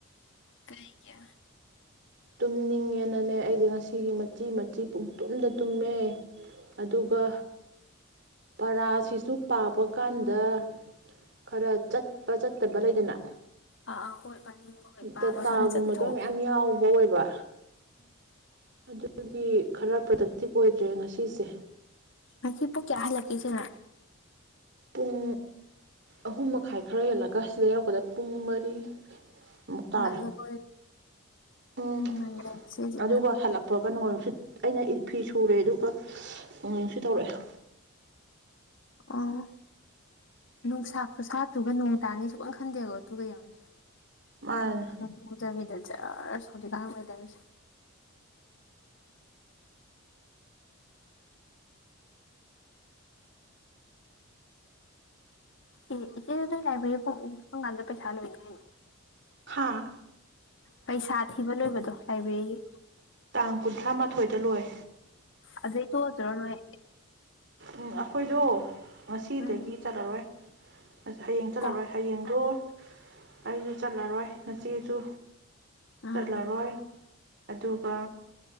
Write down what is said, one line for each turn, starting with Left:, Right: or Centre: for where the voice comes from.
Left: ꯀꯩꯒꯤ
Right: ꯇꯨꯝꯅꯤꯡꯉꯦꯅꯅꯦ ꯑꯩꯗꯤ ꯉꯁꯤꯒꯤ ꯃꯆꯤ ꯃꯆꯤ ꯄꯨꯡꯇꯨꯝꯗ ꯇꯨꯝꯃꯦ ꯑꯗꯨꯒ ꯄꯔꯥ ꯁꯤꯁꯨ ꯄꯥꯕ ꯀꯥꯟꯗ ꯈꯔ ꯆꯠꯄ ꯆꯠꯇꯕ ꯂꯩꯗꯅ
Left: ꯑ ꯑ ꯍꯣꯏ ꯄꯥꯅꯤꯡꯕ ꯍꯣꯏ ꯄꯥꯕ
Right: ꯗꯇꯥ
Left: ꯈꯔ
Right: ꯒꯨꯝꯕꯗꯣ
Left: ꯆꯠꯇꯣꯏ
Right: ꯃꯌꯥꯝ ꯌꯥꯎꯕ ꯑꯣꯏꯕ ꯑꯗꯨꯒꯤ ꯈꯔ ꯄ꯭ꯔꯗꯛꯇꯤꯚ ꯑꯣꯏꯗ꯭ꯔꯦ ꯉꯁꯤꯁꯦ
Left: ꯉꯁꯤ ꯄꯨꯡ ꯀꯌꯥ ꯍꯜꯂꯛꯀꯦ ꯏꯆꯦꯃ
Right: ꯄꯨꯡ ꯑꯍꯨꯝ ꯃꯈꯥꯏ ꯈꯔ ꯍꯦꯜꯂꯒ ꯁꯤꯗ ꯌꯧꯔꯛꯄꯗ ꯄꯨꯡ ꯃꯔꯤ ꯃꯨꯛ ꯇꯥꯔ
Left: ꯉꯜꯂꯦꯀꯣ
Right: ꯎꯝ
Left: ꯉꯜꯂꯦ ꯉꯁꯤꯗꯤ
Right: ꯑꯗꯨꯒ ꯍꯜꯂꯛꯄꯒ ꯅꯣꯡꯂꯩ ꯅꯨꯡꯁꯤꯠ ꯑꯩꯅ ꯐꯤ ꯁꯨꯔꯦ ꯑꯗꯨꯒ ꯅꯣꯡꯂꯩ ꯅꯨꯡꯁꯤꯠ ꯇꯧꯔꯛꯑꯦ
Left: ꯎꯝ ꯅꯨꯡꯁꯥ ꯈꯨꯁꯥꯗꯨꯒ ꯅꯣꯡ ꯇꯥꯅꯤ ꯁꯨꯡꯈꯟ ꯈꯟꯗꯦ ꯑꯗꯨꯒ ꯌꯦꯡꯉꯨꯅꯦ
Right: ꯃꯥꯅ
Left: ꯈꯪꯍꯧꯗꯕꯤꯗ ꯖꯔ ꯑꯁ ꯍꯧꯖꯤꯛꯀꯥꯟ ꯋꯦꯗꯔ ꯁꯦ ꯑꯦ ꯏꯆꯦ ꯑꯗꯣ ꯅꯣꯏ ꯂꯥꯏꯕꯦꯔꯤ ꯐꯣꯡ ꯀꯝꯀꯥꯟꯗ ꯄꯩꯁꯥ ꯂꯣꯏꯅꯤ ꯍꯥꯏꯅꯣ
Right: ꯍꯥꯥ
Left: ꯄꯩꯁꯥ ꯊꯤꯕ ꯂꯣꯏꯕꯗꯣ ꯂꯥꯏꯕ꯭ꯔꯦꯔꯤꯒꯤ
Right: ꯇꯥꯡ ꯀꯨꯟꯊ꯭ꯔꯥ ꯃꯥꯊꯣꯏꯗ ꯂꯣꯏ
Left: ꯑꯗꯨꯏ ꯇꯣꯛꯑꯗꯣꯏꯔꯣ ꯅꯣꯏ
Right: ꯎꯝ ꯑꯩꯈꯣꯏꯗꯣ ꯉꯁꯤꯗꯒꯤ
Left: ꯎꯝ
Right: ꯆꯠꯂꯔꯣꯏ ꯑ ꯍꯌꯦꯡ ꯆꯠꯂꯔꯣꯏ
Left: ꯑꯣ
Right: ꯍꯌꯦꯡꯗꯣ ꯑꯩꯁꯨ ꯆꯠꯂꯔꯣꯏ ꯅꯆꯦꯁꯨ
Left: ꯎꯝ
Right: ꯆꯠꯂꯔꯣꯏ ꯑꯗꯨꯒ